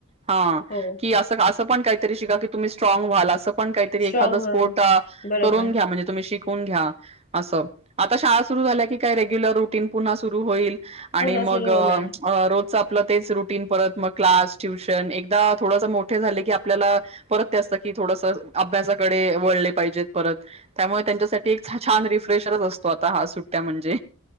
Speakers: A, on the right; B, on the left.
A: हा
B: हो
A: की असं का असं पण काहीतरी शिका की तुम्ही स्ट्रॉंग व्हाल असं पण काहीतरी
B: स्ट्रॉंग
A: एखादं <unintelligible>
B: बरोबर
A: करून घ्या म्हणजे तुम्ही शि कून घ्या असं आता शाळा सुरु झाल्या की काय रेग्युलर रुटीन पुन्हा सुरु होईल.
B: पुन्हा
A: आणि मग
B: सुरू
A: अं
B: होणार.
A: रोजचं आपलं तेच रुटीन परत मग क्लास. ट्युशन एकदा थोडंस मोठे झाले की आपल्याला परत ते असतं की थोडंस अभ्यासाकडे वळले पाहिजेत परत त्यामुळे त्यांच्यासाठी एक छा छान रिफ्रेशरच असतो आता हा सुट्ट्या म्हण